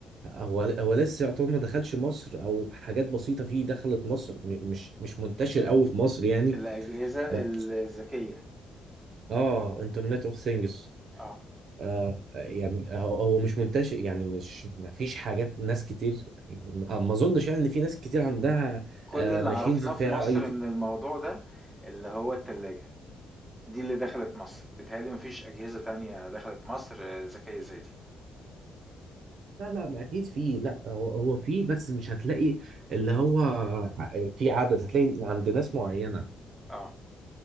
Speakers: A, on the right (about 65°); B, in the centre.
A: هو هو لسه يعتبر ما دخلش مصر او حاجات بسيطه فيه دخلت مصر م- مش مش منتشر قوي في مصر يعني
B: الأجهزة
A: لا
B: الذكية
A: اه انترنت اوف ثينجز
B: اه
A: آه يعني هو هو مش منتشر يعني مش ما فيش حاجات ناس كتير ما ما اظنش يعني ان في ناس كتير عندها
B: كل
A: آه
B: اللي
A: ماشينز
B: عرفناه
A: فيها
B: في مصر
A: اي او تي
B: من الموضوع ده اللي هو التلاجة دي اللي دخلت مصر بيتهيألي مفيش أجهزة تانية دخلت مصر آه، ذكية زي دي
A: لا لا ما اكيد في لا هو هو في بس مش هتلاقي اللي هو آه، في عدد هتلاقي عند ناس معينة
B: اه